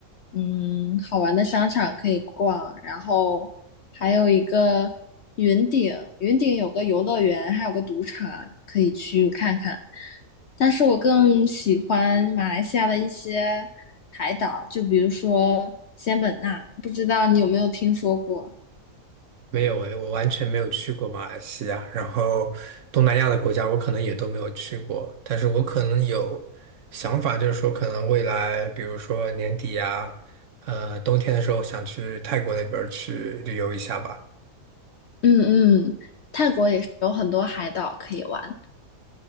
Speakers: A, on the left; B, on the right.
A: 嗯好玩的商场可以逛，然后还有一个云顶，云顶有个游乐园，还有个赌场可以去看看。但是我更喜欢马来西亚的一些海岛，就比如说仙本那，不知道你有没有听说过？
B: 没有诶，我完全没有去过马来西亚，然后东南亚的国家我可能也都没有去过，但是我可能有想法，就是说可能未来，比如说年底呀，呃，冬天的时候想去泰国那边儿去旅游一下吧。
A: 嗯嗯，泰国也是有很多海岛可以玩。